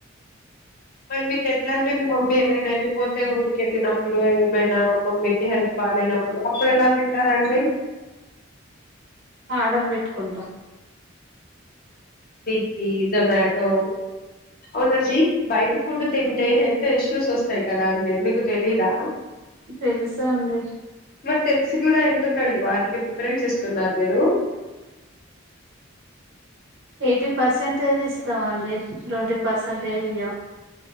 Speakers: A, on the left; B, on the right.
A: మరి మీకు ఎట్లాండి మీ మమ్మీ ఎటైనా వెళ్ళిపోతే ఊరికి వెళ్ళినప్పుడు ఏమైనా మమ్మీకి హెల్త్ బాలేనప్పుడు అప్పుడు ఎలా తింటారండి
B: ఆర్డర్ పెట్టుకుంటం
A: స్విగ్గీ జొమాటో అవునండి బైట ఫుడ్ తింటే హెల్త్ ఇష్యూస్ వస్తాయి కదా అండి మీకు తెలీదా
B: తెలుసండి
A: మరి తెలిసి కూడా ఎందుకండి వాటికి ప్రిపరెన్స్ ఇస్తున్నారు మీరు
B: ఎయిటీ పర్సెంటేజెస్ ఇస్తామండి ట్వంటీ పర్సెంటేజ్ అయ్యో